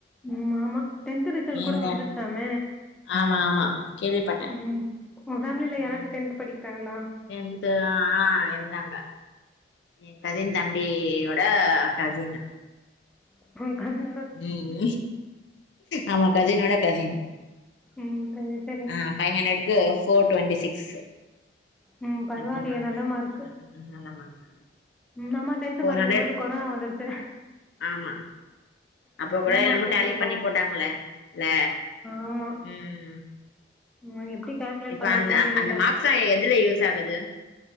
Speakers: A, in the centre; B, on the left.
A: ம் ஆமா டென்த் ரிசல்ட்
B: ஏன்டா
A: கூட வந்துருச்சாம
B: ஆமா ஆமா கேள்விப்பட்டே
A: ம் உங் பேமிலில யாராது
B: ம்
A: டென்த் படிக்றாங்களா
B: டென்த்து ஆ இருந்தாங்க ஏ கஸின் தம்பியோட கஸின்
A: <unintelligible>
B: ம் ஆமா கஸினோட கஸின்
A: ம் சரி சரி
B: ஆ ஃபை ஹன்ட்ரக்கு ஃபோர் டொண்டி சிக்ஸ்
A: ம் பர்வாயில்லையே
B: சம்திங் வாங்குனாங்க
A: நல்ல மார்க்கு
B: ம் நல்ல மார்க்
A: நம்ம் டென்து
B: ஃபோர்
A: படிக்கும்போது
B: ஹண்ட்ரட்
A: கொரோனா வந்துருத்து
B: ஆமா அப்ப கூட என்னமோ
A: மார்க் எடுத்திருப்போம்
B: டேலி பண்ணி போட்டாங்களே இல்ல
A: ஆமா
B: ம்
A: ம் எப்படி கால்குலேட்
B: இப்ப
A: பண்ணாங்கன்னே
B: அந்த
A: தெரியல
B: அந்த மார்க்ஸ்லா எதுல யூஸ் ஆகுது